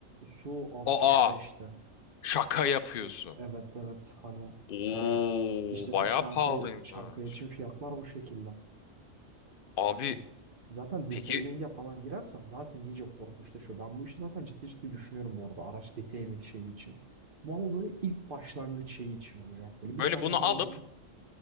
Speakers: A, on the right; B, on the left.
A: su 65'te.
B: Aa şaka yapıyorsun.
A: Evet evet hani
B: Oo
A: yani hiç dese
B: bayağı
A: Çankaya,
B: pahalıymış.
A: Çankaya için fiyatlar bu şekilde.
B: Abi
A: Hani zaten
B: peki
A: detailing'e falan girersen zaten iyice korkunçlaşıyor. Ben bu işi zaten ciddi ciddi düşünüyorum bu arada araç detailing şeyi için. Bu ama böyle ilk başlangıç şeyi için olacak. Böyle bir
B: böyle
A: tane
B: bunu
A: benzin.
B: alıp